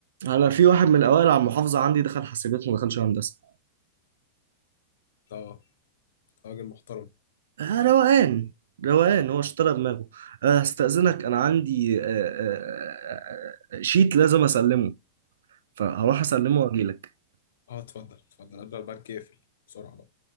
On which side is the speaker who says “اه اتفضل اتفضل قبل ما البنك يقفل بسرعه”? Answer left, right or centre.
Left